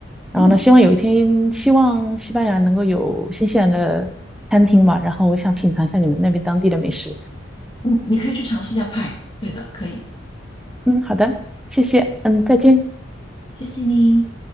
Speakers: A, in the centre; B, on the left.
A: 然后呢，
B: 嗯
A: 希望有一天，希望西班牙能够有新西兰的餐厅吧。然后我想品尝一下你们那边当地的美食。
B: 嗯，你可以去尝试一下派，对的，可以，
A: 嗯，好的，谢谢。嗯，再见。
B: 谢谢你。